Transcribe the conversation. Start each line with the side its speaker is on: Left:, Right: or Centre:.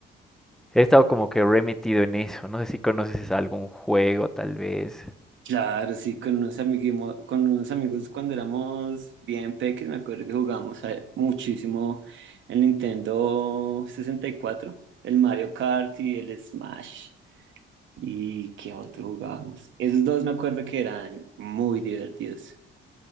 Centre: He estado como que re metido en eso. No sé si conoces algún juego, tal vez.
Right: Claro, sí, con unos amiguimo- con unos amigos cuando éramos bien pequeños, me acuerdo que jugábamos a- muchísimo el Nintendo 64, el Mario Kart y el Smash. ¿Y qué otro jugábamos? Esos dos me acuerdo que eran muy divertidos.